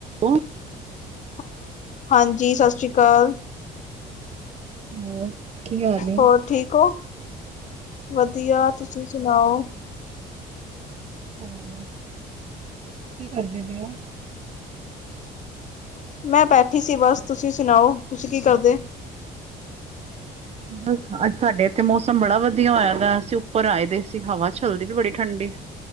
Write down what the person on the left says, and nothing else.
ਹੈਲੋ ਹਾਂਜੀ। ਸਤਿ ਸ੍ਰੀ ਅਕਾਲ।
ਹੋਰ ਠੀਕ ਹੋ, ਵਧੀਆ, ਤੁਸੀਂ ਸੁਣਾਓ?
ਮੈਂ ਬੈਠੀ ਸੀ ਬਸ' ਤੁਸੀਂ ਸੁਣਾਓ ਤੁਸੀਂ ਕੀ ਕਰਦੇ?